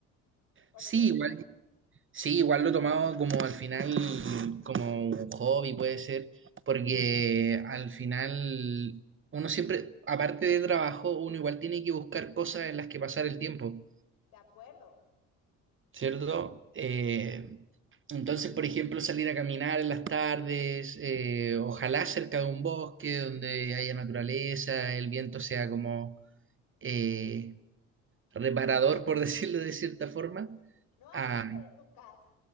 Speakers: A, on the left; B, on the right.
A: Bueno,
B: sí,
A: yo digo,
B: igual, sí, igual lo he tomado como al final, como un hobby puede ser, porque al final uno siempre, aparte de trabajo, uno igual tiene que buscar cosas en las que pasar el tiempo,
A: de acuerdo,
B: ¿cierto? Eh, entonces, por ejemplo, salir a caminar en las tardes, eh, ojalá cerca de un bosque donde haya naturaleza, el viento sea como eh, reparador, por <laughs> decirlo de cierta forma,
A: no abuse
B: a,
A: de tu casa.